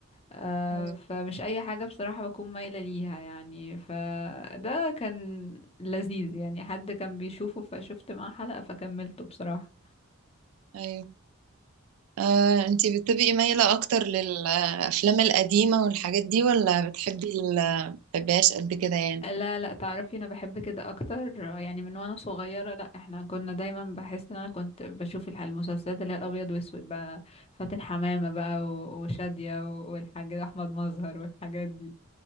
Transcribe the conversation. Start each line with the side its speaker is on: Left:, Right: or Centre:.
Left: آه
Right: ايوه
Left: فمش اي حاجة بصراحة بكون مايلة ليها يعني فده كان لذيذ يعني حد كان بيشوفه فشفت معاه حلقة فكملته بصراحة
Right: ايوه آه، انتي بتبقي مايلة اكتر للافلام القديمة والحاجات دي ولا بتحبي ال- بتحبيهاش قد كده يعني
Left: لا لا تعرفي انا بحب كده اكتر آه، يعني من وانا صغيره لا احنا كنا دايما بحس ان انا كنت بشوف الح- المسلسلات اللي هي الابيض واسود بقى فاتن حمامه بقى و- وشاديه و- والحاج احمد مظهر والحاجات دي